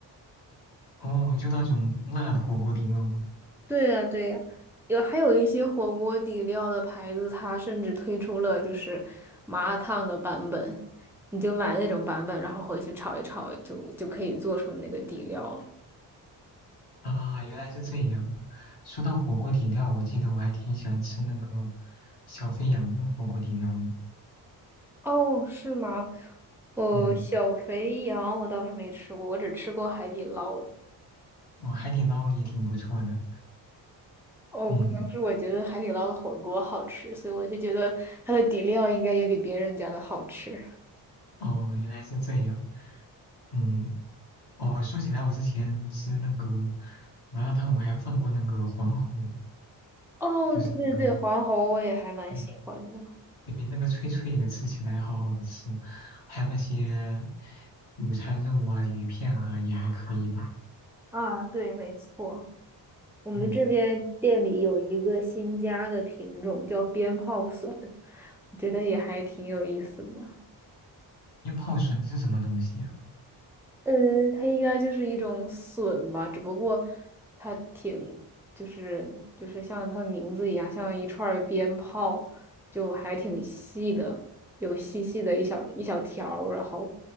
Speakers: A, on the left; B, in the centre.
A: 哦，就那种辣的火锅底料吗？
B: 对呀，对呀，有还有一些火锅底料的牌子，它甚至推出了就是麻辣烫的版本，你就买那种版本，然后回去炒一炒，就就可以做出那个底料了。
A: 啊，原来是这样啊！说到火锅底料，我记得我还挺喜欢吃那个小肥羊的火锅底料的。
B: 哦，是吗？哦，
A: 嗯，
B: 小肥羊我倒是没吃过，我只吃过海底捞的。
A: 哦，海底捞也挺不错的。
B: 哦，
A: 嗯，
B: 可能是我觉得海底捞的火锅好吃，所以我会觉得它的底料应该也比别人家的好吃。
A: 哦，原来是这样。嗯，哦，说起来，我之前吃那个麻辣烫，我还放过那个黄喉，
B: 哦，
A: 就是那个，
B: 对对对，黄喉我也还蛮喜欢的。
A: 对对，那个脆脆的，吃起来好好吃。还有那些午餐肉啊、鱼片啊，也还可以吧。
B: 啊，对，没错，我们这边店里有一个新加的品种叫鞭炮笋，
A: 嗯，
B: 我觉得也还挺有意思的。
A: 腌泡笋是什么东西呀？
B: 呃，它应该就是一种笋吧，只不过它挺，就是就是像它的名字一样，像一串儿鞭炮，就还挺细的，有细细的一小一小条儿然后